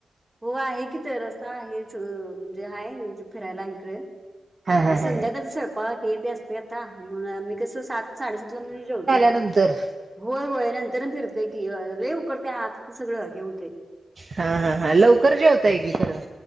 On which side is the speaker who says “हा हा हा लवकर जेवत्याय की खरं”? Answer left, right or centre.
Right